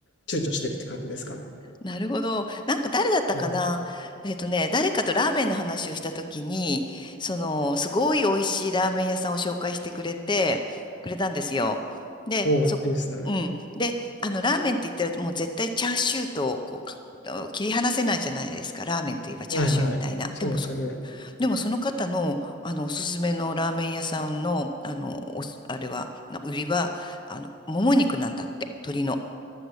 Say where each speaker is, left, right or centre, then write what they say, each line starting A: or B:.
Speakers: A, on the left; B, on the left.
A: 躊躇してるって感じですかね。
B: なるほど。なんか誰だったかなえっとね、
A: そうなんですよ。
B: 誰かとラーメンの話をしたときに、その、すごい美味しいラーメン屋さんを紹介してくれて、くれたんですよ。で、
A: おーいいですね。
B: そ、うん。で、あの、ラーメンって言ったらもう絶対チャーシューと、こう、か切り離せないじゃないですか。ラーメンといえばチャーシューみたいな。
A: はいはい。そうですよね。
B: でもでもその方の、あのおすすめのラーメン屋さんの、あのおすあれはな売りはあのもも肉なんだって鶏の。